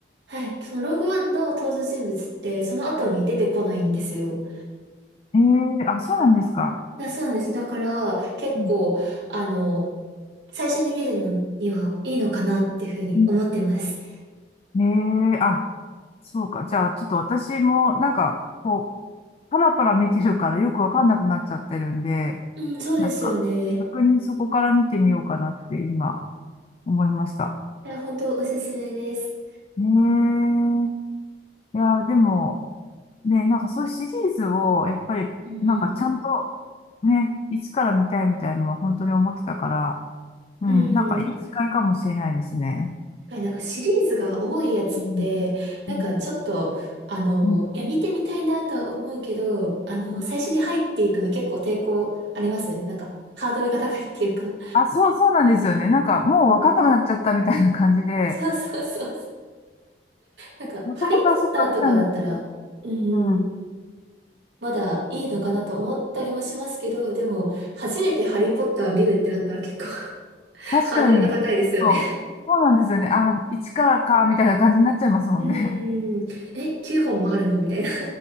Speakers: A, on the right (about 85°); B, on the left (about 35°).
A: はい。そのローグワンの登場人物ってその後に出てこないんですよ。
B: ええあ、そうなんですか。
A: だ、そうなんです。だから結構、
B: う
A: あの、最初に見るのにはいいのかなっていうふうに思ってます。
B: んねえ、あ、そうか。じゃあ、ちょっと私も、なんか、こう、パラパラ見てるからよくわかんなくなっちゃってるんで、
A: うん、そうですよね。
B: なんか、逆にそこから見てみようかなって今、思いました。
A: いや、本当おすすめです。
B: うん、ええ、いや、でも、ね、なんかそういうシリーズを、やっぱり、
A: うん
B: なんかちゃんと、ね、いつから見たいみたいのは本当に思ってたから、うん、
A: うん。
B: なんかいい機会かもしれないですね。
A: うん。だからなんかシリーズが多いやつって、
B: うん、
A: なんかちょっと、
B: うん、
A: あの、
B: うん、
A: いや、見てみたいなとは思うけど、あの、
B: うん。
A: 最初に入っていくの結構抵抗ありますよね。なんか、ハードルが高いっていうか。
B: あ、そう、そうなんですよね。なんか、もうわかんなくなっちゃったみたいな感じで、
A: うんそうそうそうそう。なんか、
B: 男と遊そったんだ
A: ハリー・ポッターとかだったら、うん、
B: うん。
A: まだいいのかなと思ったりもしますけど、でも、初めてハリー・ポッター見るってなったら結構 <laughs>
B: 確かに。
A: ハードルが高いですよね。
B: そう。そうなんですよね。あ、一からか、みたいな感じになっちゃいますもんね。
A: うん、<laughs> え、9本もあるのみたいな。